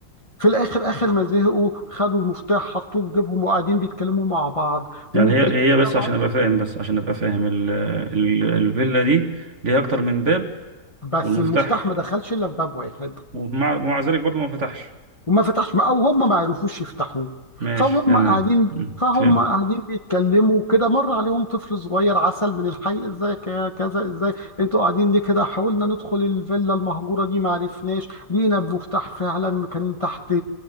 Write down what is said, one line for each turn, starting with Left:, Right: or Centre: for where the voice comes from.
Left: في الاخر اخر ما زهقوا خدوا المفتاح حطوه في جيبهم وقاعدين بيتكلموا مع بعض ومتضايقين
Right: يعني هي هي بس
Left: طبعا
Right: عشان ابقى فاهم بس عشان ابقى فاهم ال- ال- الفيلا دي ليها اكتر من باب
Left: بس
Right: والمفتاح
Left: المفتاح ما دخلش الا في باب واحد
Right: ومع ومع ذلك برضه ما فتحش
Left: وما فتحش او هم ما عرفوش يفتحوه
Right: ماشي
Left: فهم
Right: تمام
Left: قاعدين
Right: مم.
Left: فهم
Right: فهمت
Left: قاعدين بيتكلموا كده مر عليهم طفل صغير عسل من الحي ازاي ك- كذا ازاي انتوا قاعدين ليه كده حاولنا ندخل الفيلا المهجوره دي ما عرفناش لقينا المفتاح فعلا كان تحت